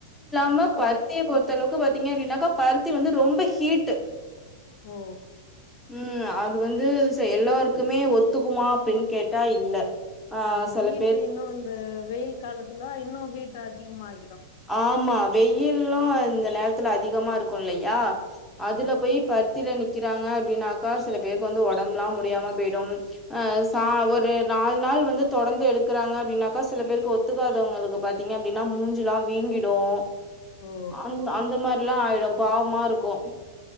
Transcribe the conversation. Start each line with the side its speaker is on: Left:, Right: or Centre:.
Centre: ங்க அப்டின்னாக்கா பருத்தி வந்து ரொம்ப ஹீட்டு
Left: ஓ
Centre: உ அது வந்து செ எல்லாருக்குமே ஒத்துக்குமா அப்டின்னு கேட்டா இல்ல ஆ
Left: அந்த
Centre: சொல்லுங்
Left: ஹீட்டு இன்னு இந்த வெயில் காலத்துல இன்னு ஹீட் அதிகமாகிதா
Centre: ஆமா வெய்யிலும் இந்த நேர்த்துல அதிகமா இருக்கு இல்லையா
Left: ஆ
Centre: அதுல போய் ப த்தில நிக்கிறாங்க அப்டின்னாக்கா சில பேருக்கு வந்து ஒடம்ப்லா முடியாம போய்டு அ ச ஒரு நாலு நாள் வந்து தொடந்து எடுக்கறாங்க அப்டின்னாக்கா சில பேருக்கு ஒத் ஒத்துக்காதவங்களுக்கு பாத்தீங்க அப்டின்னா மூஞ்சுலா வீங்கிடுஅந்
Left: ஓ
Centre: அந்த மாதிரில்லா ஆயிடு பாவமா இருக்கு